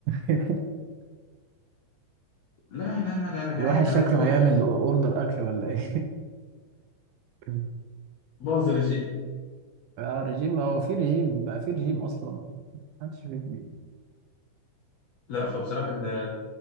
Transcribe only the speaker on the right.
بالك.
<laughs>
الواحد شكله
هيعمل اوردر اكل ولا ايه <laughs>
اه رجيم هو في رجيم بقى في رجيم اصلا محدش في رجيم